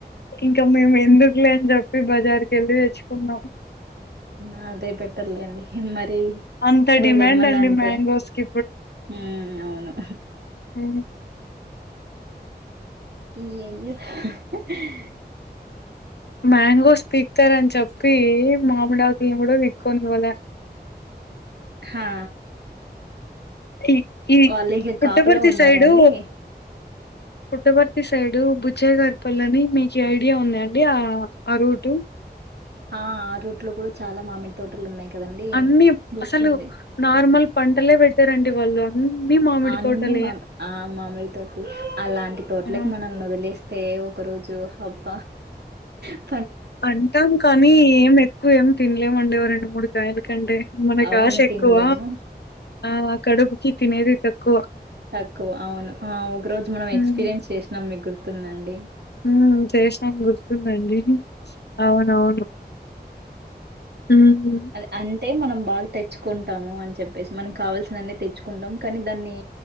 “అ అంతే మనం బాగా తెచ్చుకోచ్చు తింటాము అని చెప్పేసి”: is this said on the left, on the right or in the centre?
Right